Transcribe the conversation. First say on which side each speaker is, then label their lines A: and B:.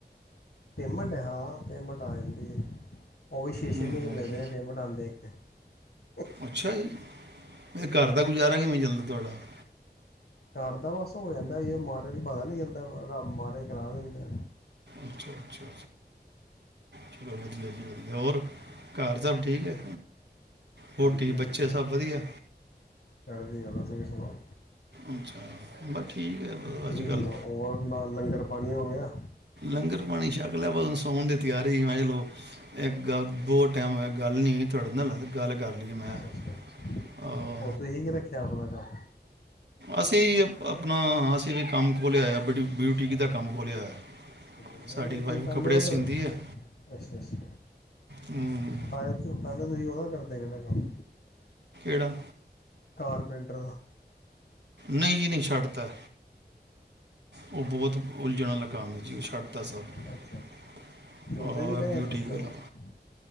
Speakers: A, on the left; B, on the right.
A: ਪੇਮੈਂਟ ਹਾਂ ਪੇਮੈਂਟ ਆ ਜਾਂਦੀ ਹੈ ਉਹ ਵੀ ਛੇ-ਛੇ
B: ਹਮ,
A: ਮਹੀਨੇ ਨਜ਼ਰੇ ਨੀ ਮਨਾਂਦੇ- <inaudible>
B: ਅੱਛਾ ਜੀ, ਫਿਰ ਘਰ ਦਾ ਗੁਜ਼ਾਰਾ ਕਿਵੇ ਚਲਦਾ <inaudible>
A: ਘਰਦਾ ਬਸ ਹੋ ਜਾਂਦਾ ਇਹ ਮਹਾਰਾਜ ਪਤਾ ਨਹੀਂ ਚੱਲਦਾ ਰੱਬ ਮਹਾਰਾਜ ਕਰਾ ਦੇਂਦੇ
B: ਅੱਛਾ-ਅੱਛਾ ਚਲੋ ਵਧੀਆ ਜੀ ਵਧੀਆ ਹੋਰ ਘਰ ਸਭ ਠੀਕ
A: ਹੂੰ
B: ਹੈ, ਵੋਟੀ
A: ਹਾਂਜੀ ਹਾਂਜੀ
B: ਬੱਚੇ ਸਭ ਵਧੀਆ
A: ਚੜ੍ਹਦੀ ਕਲਾ ਤੁਸੀਂ ਸੁਣਾਓ
B: ਅੱਛਾ ਬਸ ਠੀਕ ਹੈ
A: ਤੁਸੀਂ
B: ਅੱਜਕੱਲ
A: ਸੁਣਾਓ ਹੋਰ ਨਾਲ ਲੰਗਰ ਪਾਣੀ ਹੋ ਗਿਆ
B: ਲੰਗਰ ਪਾਣੀ ਸ਼ਕ ਲਿਆ, ਬੱਸ ਸੌਣ ਦੀ ਤਿਆਰੀ ਮੇ ਚਲੋ ਇੱਕ ਗੱਲ ਬਹੁਤ
A: ਅੱਛਾ
B: ਟਾਈਮ ਹੋਇਆ ਗੱਲ ਨਹੀਂ ਤੁਹਾਡੇ ਨਾਲ ਗੱਲ ਕਰ ਲਈ ਮੈਂ
A: ਅੱਛਾ
B: ਕਿਹਾ
A: ਉਹ ਤੁਸੀਂ ਕੀ ਰੱਖਿਆ ਆਪਣਾ ਕੰਮ
B: ਅਸੀ ਆਪਣਾ ਵੀ ਕੰਮ ਖੋਲਿਆ ਆ ਬੜੀ ਬਿਊਟੀਕ ਦਾ ਕੰਮ ਖੋਲਿਆ ਹੋਇਆ।
A: ਅੱਛਾ, ਨਹੀਂ-ਨਹੀਂ
B: ਸਾਡੀ
A: ਤੁਸੀ
B: ਵਾਈਫ
A: ਪਹਿਲੇ
B: ਕੱਪੜੇ
A: ਓ ਕਰ,
B: ਸਿੰਦੀ ਹੈ
A: ਅੱਛਾ ਅੱਛਾ।
B: ਹਮ,
A: ਪਹਿਲ ਤੋ ਪਹਿਲੇ ਤੋ ਤੁਸੀ ਓਹਦਾ ਕਰਦੇ ਹੀ ਨਾ ਕੰਮ
B: ਕਿਹੜਾ?
A: ਕਾਰਪੈਂਟਰ ਦਾ।
B: ਨਹੀਂ ਜੀ ਨਹੀਂ ਛੱਡਤਾ ਐ। ਉਹ ਬਹੁਤ ਉਲਝਣ ਆਲਾ ਕੰਮ ਸੀ। ਓਹ ਛੱਡ ਤਾ ਸਭ।
A: ਅੱਛਾ ਅੱਛਾ ਤੇ ਉਹਦੇ
B: ਔਰ
A: 'ਚ ਹੀ ਪੈਸੇ
B: ਆ ਬਿਊਟੀਕ
A: ਫਸਦੇ
B: ਆਲਾ।
A: ਨੇ